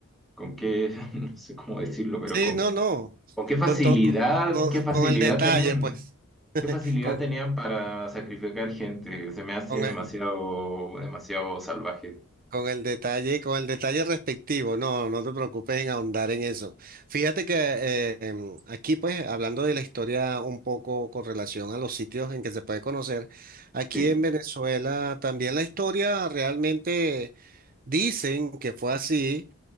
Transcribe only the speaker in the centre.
con qué, <laughs> no sé cómo decirlo, pero
con,
con qué facilidad,
qué facilidad
tenían,
qué facilidad
tenían para sacrificar gente. Se me hace
demasiado,
demasiado salvaje.
Sí.